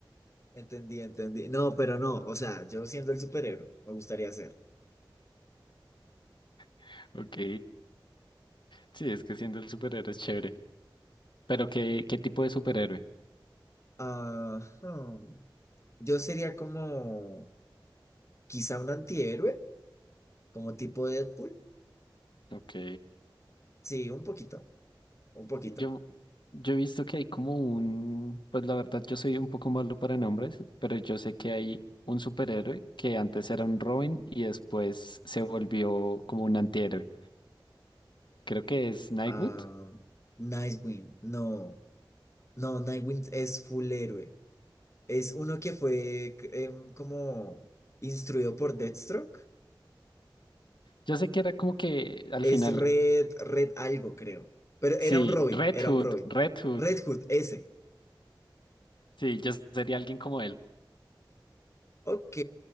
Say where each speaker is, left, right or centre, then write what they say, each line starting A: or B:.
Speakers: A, on the left; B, on the left.
A: Entendí, entendí. No, pero no, o sea, yo siendo el superhéroe, me gustaría ser.
B: <laughs> Ok. Sí, es que siendo el superhéroe es chévere. Pero ¿qué, qué tipo de superhéroe?
A: Ajá. Yo sería como quizá un antihéroe, como tipo Deadpool.
B: Ok.
A: Sí, un poquito, un poquito.
B: Yo, yo he visto que hay como un, pues la verdad yo soy un poco malo para nombres, pero yo sé que hay un superhéroe que antes era un Robin y después se volvió como un antihéroe. Creo que es Nightwood.
A: Ah, Nightwing, no, no, Nightwing es full héroe. Es uno que fue c- em, como instruido por Deathstroke.
B: Yo sé que era como que al
A: Es
B: final,
A: Red, Red algo, creo. Pero
B: sí,
A: era un Robin,
B: Red
A: era
B: Hood,
A: un Robin.
B: Red Hood.
A: Red Hood, ese.
B: Sí, yo sería alguien como él.
A: Ok,